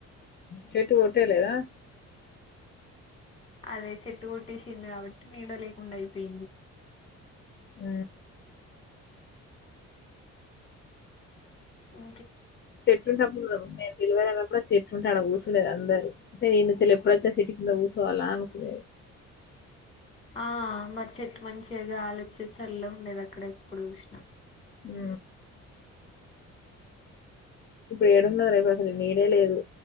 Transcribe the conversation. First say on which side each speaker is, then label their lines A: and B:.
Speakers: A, on the left; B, on the left.
A: చెట్టు కొట్టేయ్యలేదా
B: అదే చెట్టు కొట్టేసినారుకాబట్టి నీడలేకుండా పోయింది
A: ఆ
B: ఆ
A: చెట్టు ఉంటప్పుడు నేను డెలవరి ఐన ఎప్పుడ చెట్టు ఉంటే అడ ఊసులేదు అందరుూ అంటే నేనుచ్చ ఎప్పుడొచ్చా చెట్టు కింద ఊసో అలా అనుకునేది
B: ఆ మరి చెట్టు మంచిగా గాలి వచ్చేది చల్ల ఉండేది అక్కడ ఎప్పుడు చూసినా
A: హ ఇప్పుడు ఏడున్నది అసలు నీడే లేదు